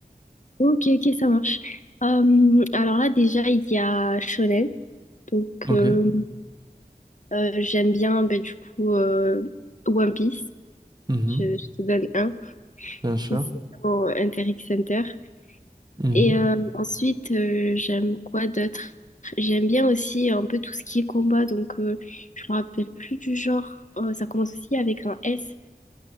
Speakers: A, on the left; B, on the right.
A: Ok, ok, ça marche. Euh, alors là, déjà, il y a Shonen. Donc,
B: Ok.
A: euh, euh, j'aime bien, ben, du coup, euh, One Piece.
B: Mhm.
A: Je, je te donne un.
B: Bien sûr.
A: Ici, au Interact Center.
B: Mhm.
A: Et euh, ensuite, euh, j'aime quoi d'autre? J'aime bien aussi un peu tout ce qui est combat. Donc, euh, je me rappelle plus du genre. Euh, ça commence aussi avec un S.